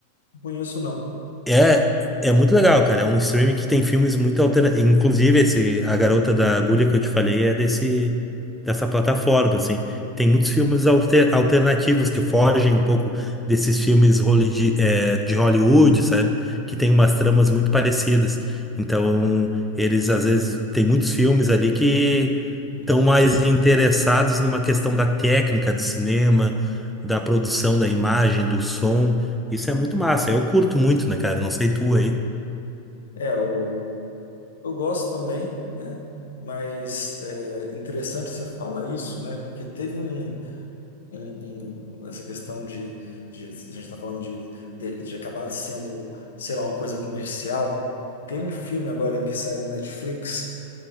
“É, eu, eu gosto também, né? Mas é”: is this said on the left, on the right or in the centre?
Left